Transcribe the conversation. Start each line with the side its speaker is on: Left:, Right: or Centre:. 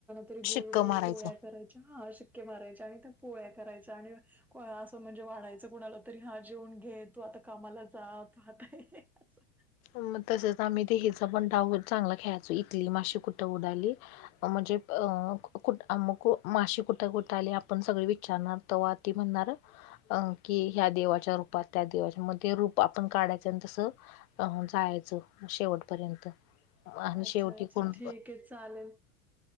Centre: तरी गोल
Left: शिक्क
Centre: गोल
Left: मारायचा
Centre: पोळ्या करायच्या हा शिक्के मारायचे आणि त्या पोळ्या करायच्या आणि.. असं म्हणजे वाढायचं कुणाला तरी हा जेवन घे तू आता कामाला जा तू आता.. असं.
Left: मग तसंच आम्ही ते हचा पण डाव चांगला खेळायचो इथली मशी कुठं उडाली.. म्हणजे अ कुठ मग माशी कुठं कुठं आली आपण सगळे विचारणार त.. ती म्हणणार.. अं कि ह्या देवाच्या रूपात त्या देवाच्या मध्ये रूप आपण काढायचं तसं.. अ जायचं शेवटपर्यंत.. आणि
Centre: अच्छा
Left: शेवटी
Centre: अच्छा
Left: कोण
Centre: ठीक आहे चालेल..